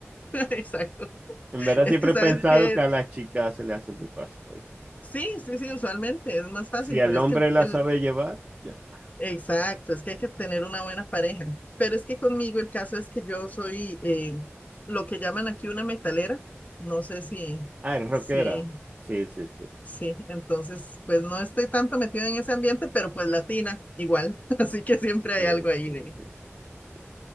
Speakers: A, on the left (about 35°); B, on the right (about 25°).
A: <laughs> Exacto.
B: En verdad
A: Es
B: siempre
A: que sabes
B: he pensado
A: que
B: que a las chicas se le hace muy fácil. oye.
A: sí, sí, sí, usualmente es más fácil,
B: Si el
A: pero
B: hombre
A: es que el,
B: la
A: el-
B: sabe llevar, ya está.
A: exacto, es que hay que tener una buena pareja. Pero es que conmigo el caso es que yo soy eh, lo que llaman aquí una metalera. No sé si,
B: Ah, es rockera.
A: sí
B: Sí, sí, sí.
A: Sí, entonces, pues no estoy tanto metida en ese ambiente, pero pues latina, igual. <laughs> Así que siempre
B: Sí,
A: hay algo ahí
B: sí,
A: de,
B: sí, sí, sí, sí.